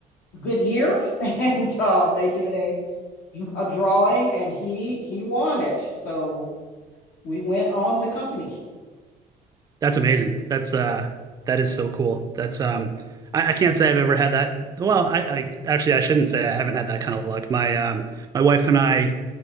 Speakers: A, on the left; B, on the right.
A: good year, <laughs> and uh, they did a a drawing, and he he won it. So we went on the company.
B: That's amazing. That's uh that is so cool. That's um I I can't say I've ever had that. Well, I I actually I shouldn't say I haven't had that kind of luck. My um My wife and I